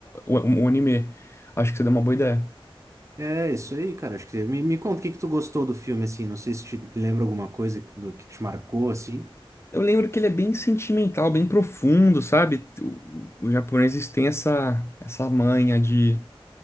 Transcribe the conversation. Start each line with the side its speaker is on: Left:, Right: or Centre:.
Left: o, o anime. Acho que você deu uma boa ideia.
Right: É isso aí, cara. Acho que me, me conta o que que tu gostou do filme, assim. Não sei se te lembra alguma coisa que- do que te marcou, assim.
Left: Eu lembro que ele é bem sentimental, bem profundo, sabe? O- Os japoneses têm essa, essa manha de